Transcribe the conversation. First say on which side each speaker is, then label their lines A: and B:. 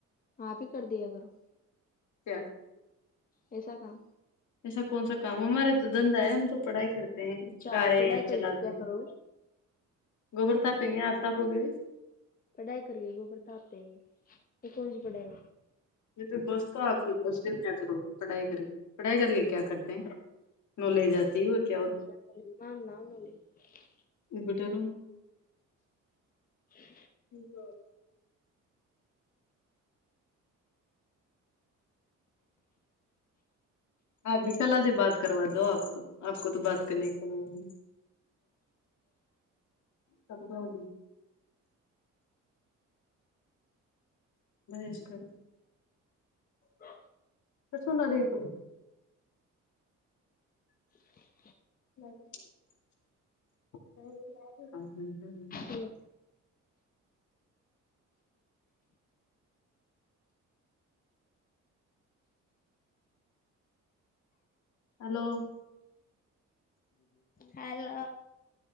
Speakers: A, on the left; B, on the left.
A: آپ ہی کر دیا کرو
B: کیا
A: ایسا کام
B: ایسا کون سا کام ہمارے تو دھندا ہے ہم تو پڑھائی کرتے ہیں
A: اچھا
B: کارےب
A: آپ پڑھائی کر
B: چلاتے
A: کے کیا
B: ہیں
A: کرو گے
B: گوبر تاپیں گے آج تپ ہوگی
A: پڑھائی کر کے پرڑتاپتے ہے گ تو کون جی پڑھائی
B: یہ تو بس تھا آپ کے کچے کیا کرو پڑھائی کرے پڑھائی کر کے کیا کرتے ہیں
A: نہنے
B: نالج آتی ہے اور کیا ابٹیر
A: جی
B: جٹ آپھی کلا سے بات کروا دو آپ تو آپ کو تو بات کرنے کی کم نہیں کب کا ہو اس کر
A: ا
B: تو سنا تو
A: <inaudible>
B: جی جی
A: الل
B: ہلو
A: ہلو